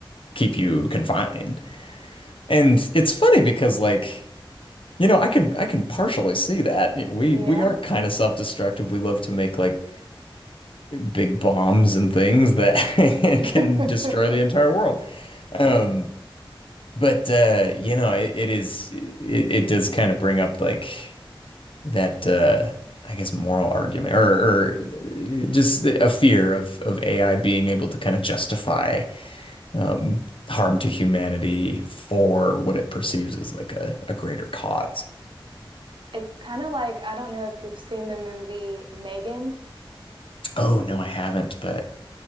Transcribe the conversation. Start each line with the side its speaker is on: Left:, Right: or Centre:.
Left: keep you confined. And it's funny because like You know, I can I can partially see that. We
Right: yeah.
Left: we are kind of self-destructive. We love to make like big bombs and things that
Right: <laughs>
Left: <laughs> can destroy the entire world. Um, but uh, you know, it, it is it, it does kind of bring up like that uh I guess moral argument or or uh, just a fear of of AI being able to kind of justify um harm to humanity for what it perceives as like a, a greater cause.
Right: It's kind of like, I don't know if you've seen the movie Megan.
Left: Oh, no, I haven't, but